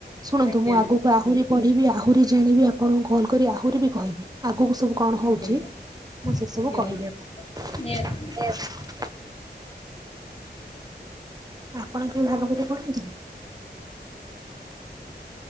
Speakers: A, on the right; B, on the left.
A: ଶୁଣନ୍ତୁ
B: ଆଜ୍ଞା
A: ମୁଁ ଆଗକୁ ଆହୁରି ପଢିବି ଆହୁରି ଜାଣିବି ଆପଣଙ୍କୁ କଲ କରି ଆହୁରି ବି କହିବି ଆଗକୁ ସବୁ କଣ
B: ଆଜ୍ଞା
A: ହଉଛି। ମୁଁ ସେସବୁ
B: ଆଜ୍ଞା ଆଜ୍ଞା
A: କହିବି ଆପଣଙ୍କୁ।
B: ନିହାତି।
A: ଆପଣ ଭାଗବତ ପଡନ୍ତିନି